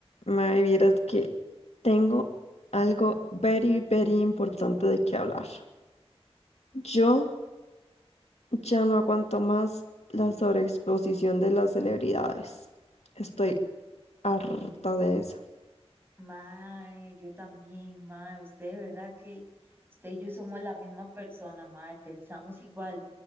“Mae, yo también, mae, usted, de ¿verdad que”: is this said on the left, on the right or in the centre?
Right